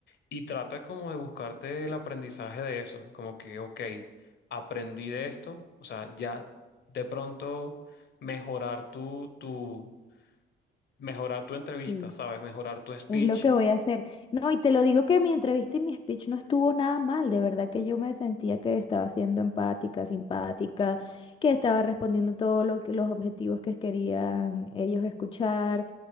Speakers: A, on the left; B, on the left.
A: y trata como de buscarte el aprendizaje de eso, como que, ok, aprendí de esto, o sea, ya de pronto mejorar tu, tu, mejorar tu entrevista,
B: sí.
A: ¿sabes? Mejorar tu speech.
B: Es lo que voy a hacer. No, y te lo digo que mi entrevista y mi speech no estuvo nada mal. De verdad que yo me sentía que estaba siendo empática, simpática, que estaba respondiendo todos los objetivos que querían ellos escuchar.